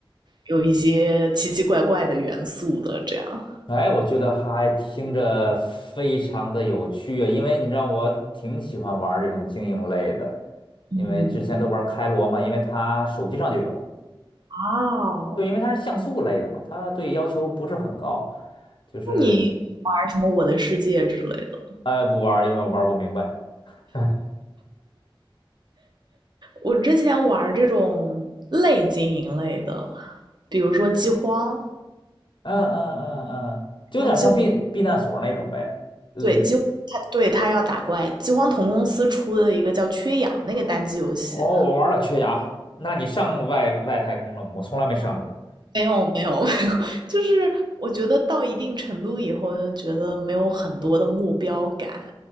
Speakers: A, on the right; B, on the left.
A: 有一些奇奇怪怪的元素的，这样。
B: 哎，我觉得还听着非常的有趣啊，因为你知道我挺喜欢玩这种经营类的，
A: 嗯，
B: 因为之前都玩开罗嘛，因为它手机上就有，
A: 哦，
B: 对，因为它是像素类的嘛，它对要求不是很高，就是是，
A: 那你玩什么《我的世界》之类的？
B: 哎，不玩儿因为我玩不明白。<laughs> 嗯
A: 我之前玩这种类经营类的，比如说《饥荒》，
B: 嗯嗯嗯，就有点像避避难所那种呗。
A: 然后《饥
B: 嗯。
A: 对，饥他对他要打怪，饥荒同公司出的一个叫《缺氧》那个单机游戏，
B: 哦，我玩了缺牙，那你上外外太空了吗？我从来没上过。
A: 没有没有 <laughs> 没有，就是我觉得到一定程度以后，就觉得没有很多的目标感，